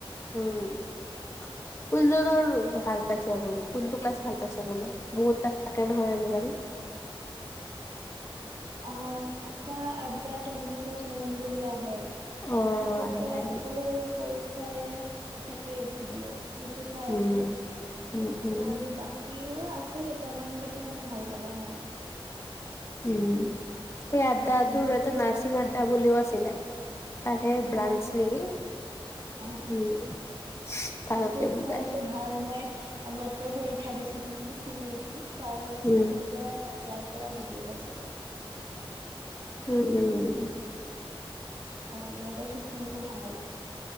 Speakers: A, on the left; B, on the right.
A: উম কোনজনৰ ভাল পাইছে আপুনি কোনটো ক্লাছ ভাল পাইছে মানে বহুত ক্লাছ থাকে নহয় আজিকালি
B: অ আটা আড্ডা টুৱেণ্টি ফৰ চেভেন বুলি আহে সেইটোত
A: অ', আহে
B: প্ৰায়
A: আহে
B: সকলো পৰীক্ষাৰে থাকেই ভিডিঅ' সেইটো চাই
A: উম,
B: আছোঁ
A: উম, উম,
B: আৰু বা ভাল লগা নাই
A: উম সেই আড্ডা
B: উম
A: তোৰ
B: এইটো
A: এটা নাৰ্ছিং আড্ডা বুলি কয় আছিলে তাৰে ব্ৰাঞ্চ
B: অ,
A: নেকি?
B: অ অ
A: উম, ভালকে
B: এইটো
A: বুজাই,
B: চাও এইটো ভাল মই আগতেও পৰী ক্ষা দিছিলোঁ নহয় চিয়োৰিটিৰ তাৰো
A: উম,
B: তেতিয়া ইয়াৰ পৰাই ভিদিঅ চাইছিলো
A: উম উম উম
B: হয় চিষ্টেমটো ভাল